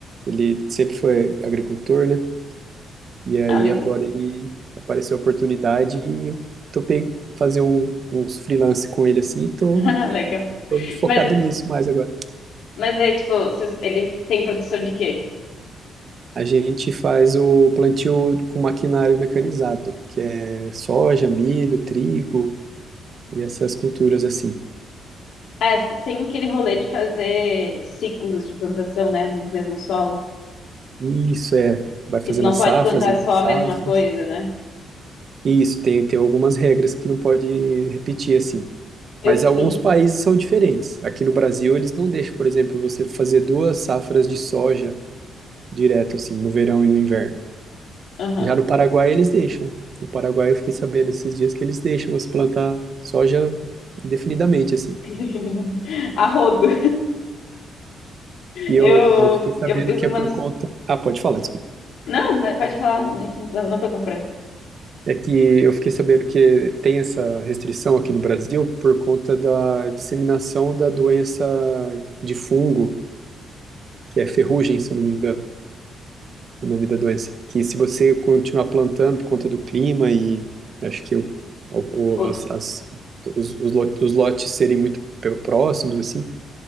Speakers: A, on the right; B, on the left.
A: ele sempre foi agricultor, né? E aí
B: ah, legal.
A: agora ele
B: <laughs>
A: apareceu a oportunidade e eu topei fazer um, uns freelance com ele assim, e tô,
B: Ah, Legal.
A: tô focado
B: Mas,
A: nisso mais agora.
B: mas aí, tipo, vocês- ele tem produção de quê?
A: A gente faz o plantio com maquinário mecanizado, que é soja, milho, trigo e essas culturas assim.
B: Ah, tem aquele rolê de fazer ciclos de plantação, né, no mesmo solo.
A: Isso é, vai fazendo
B: Que tu não
A: as
B: pode
A: safras
B: plantar
A: entre
B: só
A: safras.
B: a mesma coisa, né?
A: Isso, tem, tem algumas regras que não pode repetir assim.
B: Eu
A: Mas
B: fiz.
A: alguns países são diferentes. Aqui no Brasil, eles não deixam, por exemplo, você fazer duas safras de soja direto, assim, no verão e no inverno.
B: Aham.
A: Já no Paraguai, eles deixam. No Paraguai, eu fiquei sabendo esses dias que eles deixam você plantar soja indefinidamente, assim.
B: <laughs> A rodo.
A: E
B: Eu,
A: eu fiquei sabendo
B: eu fiz
A: que
B: umas.
A: é por conta. Ah, pode falar, desculpa.
B: Não, vai- pode falar, a gente não tô, não tô com pressa.
A: É que eu fiquei sabendo que tem essa restrição aqui no Brasil por conta da disseminação da doença de fungo, que é ferrugem, se eu não me engano, o nome da doença. Que se você continuar plantando por conta do clima e acho que o, o-
B: Pô,
A: as- as- os, os lo- os lotes serem muito pe- próximos, assim,